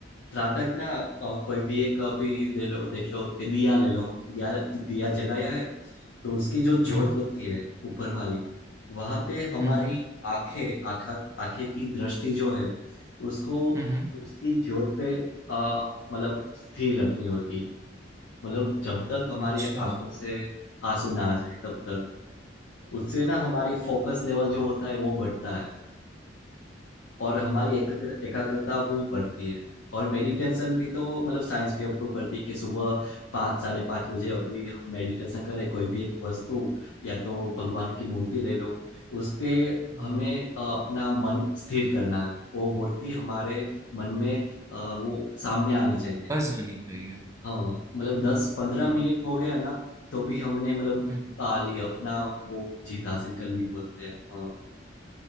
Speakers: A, on the left; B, on the right.
A: त्राटक ना अ, कोई भी एक अभी दे लो देख लो कि दिया ले लो हम दिया दिया जलाया है तो उसकी जो
B: हम्म
A: ज्योत होती है ऊपर वाली वहां पे हमारी
B: हम्म हम्म
A: आंखें आंखा आंखें की दृष्टि जो है उसको
B: हम्म हम्म।
A: उसकी ज्योत पे अ, मतलब स्थिर रखनी होती मतलब जब तक हमारी
B: अच्छा
A: आंखों
B: हम्म,
A: से आंसू ना आ जाए तब तक उससे ना हमारी फोकस लेवल जो होता है वो बढ़ता है और हमारी एकाग्र एकाग्रता भी बढ़ती है और मेडिटेशन भी तो मतलब साइंस भी अप्रूव करती है कि सुबह पाँच साढ़े पाँच बजे अभी हम मेडिटेशन करें कोई भी एक वस्तु या तो भगवान की मूर्ति ले लो उस पे
B: हम्म,
A: हमें अ, अपना मन स्थिर करना है वो मूर्ति हमारे मन में अ, वो सामने आनी चाहिए
B: बस जानी चाहिए
A: हाँ मतलब दस पंद्रह
B: हम्म
A: मिनट हो गया ना तो भी हमने मतलब
B: हम्म।
A: पा ली अपना वो जीत हासिल कर ली बोलते हैं हाँ